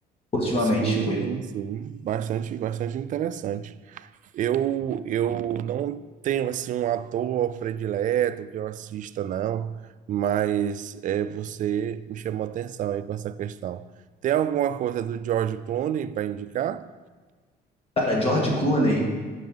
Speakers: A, on the left; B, on the right.
A: positivamente.
B: Sim,
A: Tipo,
B: sim, bastante, bastante interessante. Eu, eu não tenho assim um ator predileto que eu assista, não, mas é, você me chamou a atenção aí com essa questão. Tem alguma coisa do George Clooney para indicar?
A: cara, George Clooney.